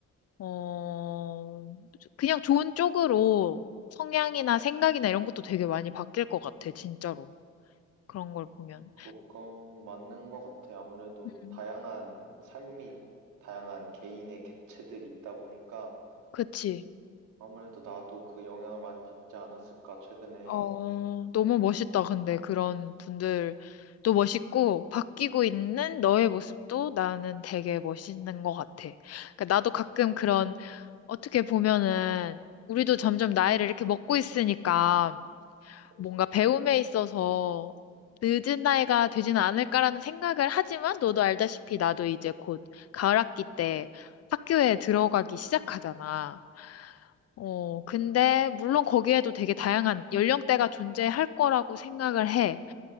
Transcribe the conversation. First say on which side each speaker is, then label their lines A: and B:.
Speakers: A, on the left (about 55°); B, on the right (about 80°).
A: 어, 그냥 좋은 쪽으로 성향이나 생각이나 이런 것도 되게 많이 바뀔 것 같아, 진짜로. 그런 걸 보면.
B: 음, 그건 맞는 것 같아. 아무래도
A: 음,
B: 다양한 삶이 있고, 다양한 개인의 객체들이 있다 보니까,
A: 그치.
B: 아무래도 나도 그 영향을 많이 받지 않았을까, 최근에.
A: 어, 너무 멋있다. 근데 그런 분들도 멋있고, 바뀌고 있는 너의 모습도 나는 되게 멋있는 것 같아. 그러니까 나도 가끔 그런, 어떻게 보면은, 우리도 점점 나이를 이렇게 먹고 있으니까,
B: 그치.
A: 뭔가 배움에 있어서 늦은 나이가 되지는 않을까라는 생각을 하지만, 너도 알다시피 나도 이제 곧 가을 학기 때 학교에 들어가기 시작하잖아. 어, 근데 물론 거기에도 되게 다양한 연령대가 존재할 거라고 생각을 해.